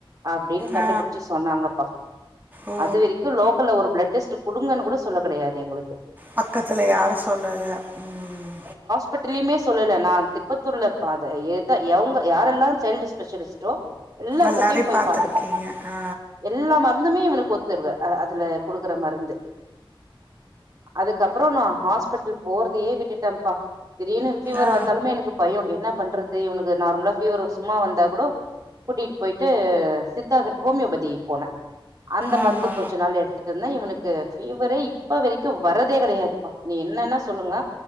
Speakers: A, on the right; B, on the right.
A: அப்டின் கண்டுபுடிச்சு
B: ஆ
A: சொன்னாங்கப்பா
B: ஓ
A: அதுவரைக்கு லோக்கல்ல ஒரு ப்ளட் டெஸ்ட்டு குடுங்கன்னு கூட சொல்ல கெடையாது எங்களுக்கு
B: பக்கத்துல யாரு சொல்லல ம்
A: ப்பட்லிமே சொல்லல நா திருப்பத்தூர்ல பாத எத எவுங்க யாரெல்லா சைல்டு ஸ்பெஷலிஸ்ட்டோ எல்லார்கிட்டயு
B: எல்லாரையும்
A: போய்
B: பார்த்துருக்கீங்க
A: பாத்துட்டே
B: ஆ
A: எல்லா மருந்துமே இவுனுக்கு ஒத்து தருவே அ அதுல குடுக்குற மருந்து அதுக்கப்றோ நா ஹாஸ்பிட்டல் போறதையே விட்டுட்டேம்பா திடீர்னு ஃபீவர்
B: ஆ
A: வந்தாலுமே எனக்கு பயோ என்ன பண்றது இவுனுக்கு நார்மலா ஃபீவரு சும்மா வந்தா கூட கூட்டிட்டு போயிட்டு சித்தா கிட் ஹோமியோபதி போனே அந்த
B: ஆமா
A: மருந்து கொஞ்ச நாள் எடுத் துட்ருந்தே இவுனுக்கு ஃபீவரே இப்ப வரைக்கு வரதே கெடையாதுப்பா நீ என்னன்ன சொல்லுங்க